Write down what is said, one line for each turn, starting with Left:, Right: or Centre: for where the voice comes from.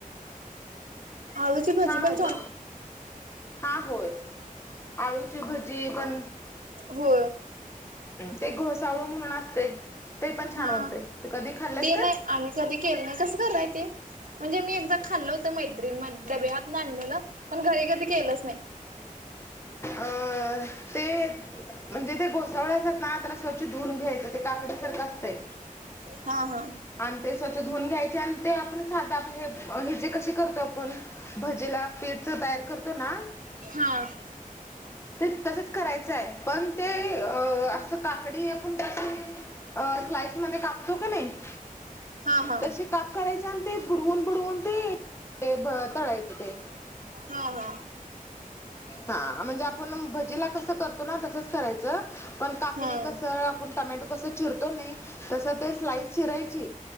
Right: आळूची भाजी
Left: छान
Right: पण
Left: होते. हा होय. आळूची भजी पण
Right: हो.
Left: ते घोसावळ म्हणून असतय ते पण छान
Right: हा
Left: होतय. ते कधी खाल्लेस
Right: ते
Left: काय?
Right: नाही आम्ही कधी केलं नाही कसं कराय ते? म्हणजे मी एकदा खाल्ल होतं. मैत्रीण म डब्यातन आणलेलं पण घरी कधी केलंच नाही.
Left: अ ते म्हणजे ते घोसावळ्याचं हायत ना त्याला स्वच्छ धुऊून घ्यायचं ते काकडीसारखं असतंय.
Right: हा हा.
Left: आणि ते स्वच्छ धुऊन घ्यायचे आणि ते आपण साधा आपले हे हेजे कसे करतो आपण भजीला पीठ जो तयार करतो ना
Right: हा
Left: ते तसंच करायचं आहे पण ते अ असं काकडी आपण <unintelligible> अ स्लायस मध्ये कापतो क नाही
Right: हा हा
Left: तसे काप - करायच आणि ते बुडवून बुडवून ते ब तळायचं ते
Right: हा हा
Left: हा म्हणजे आपण भजीला कसं करतो ना तसंच करायचं पण काकडी
Right: हा हा
Left: कस आपण टमॅटो कस चिरतो नी तसं ते स्लाइस चिरायची